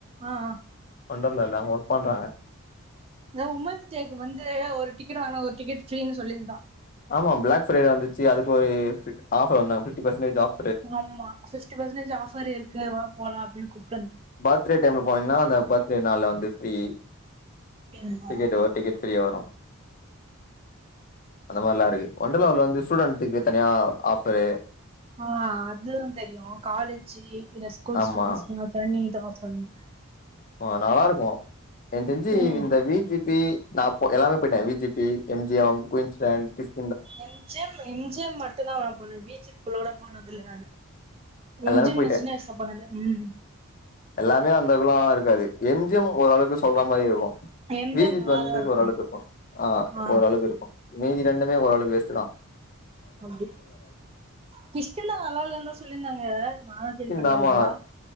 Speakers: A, on the right (about 25°); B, on the left (about 40°).
A: ஆஹ்
B: ஒண்டர்லால அங்க ஒர்க் பண்றாங்க
A: அத உமன்ஸ் டேக்கு வந் து ஒரு டிக்கெட் வாங்னா ஒரு டிக்கட் ஃப்ரீன்னு சொல்லிருந்தா
B: ஆமா பிளாக் பிரைடே வந்துச்சு அதுக்கு ஒரு பி ஆஃபர் வந்தாங்க ஃபிப்டி பர்சன்டேஜ் ஆப்
A: ஆமா சிஸ்டி பர்சன்டேஜ் ஆஃபர் இருக்கு வா போல அப்டீன் கூப்
B: பர்த்டே டைம்ல போனீங்ன்னா அந்த பர்த் டே நாள்ல வந்து ஃப்ரீ
A: அப்டிங்களா
B: டிக்கெட்டு் ஒரு டிக்கெட் ஃப்ரீயா வரு அந்த மாரில்லா இருக்கு ஒண்டர்லவுல வந்து ஸ்டூடெண்ட்க்கு தனியா ஆஃபரு
A: ஆஹ் அது எல்லா தெரியு காலேஜு இல்ல ஸ்கூல்
B: ஆமா
A: ஸ்டுடென்ட்க்குன்னு தனி பண்ணு
B: ஆஹ் நல்லா இருக்கு எனக் தெரிஞ்சு
A: ம்
B: இந்த வி ஜி பி நா எல்லாமே போய்ட்டாங்க V G P, M G M, Queensland கிஸ்
A: M G M, M G M, மட்டுதா <unintelligible> வி ஜி இப்பள கூட போனதில்ல நானு
B: எல்லாமே
A: எம் ஜி எம்
B: போயிட்டே
A: நா சின்ன வயசல போனது ம்
B: எல்லாமே அந்த குளாம் இருக்காது எம்ஜிம் ஓரளவுக்கு சொல்ற மாதிரி இருக்கும்
A: எம்
B: மீஜத்
A: ஜி எம் நல்லாதா
B: வந்து
A: இருக்கு
B: ஓரளவு இருக்கும் ஆஹ்
A: ஆ
B: ஓரளவு இருக்கும் மீஜ இரண்டுமே ஓரளவுக்கு வேஸ்டுதா
A: அப்டி கிஷ்களா நல்லா இல்ன்னா சொல்லியிருந்தாங்க நானும்
B: கிஷ்கிந்தா
A: கேள்படு வரைக்கும்
B: ஆமா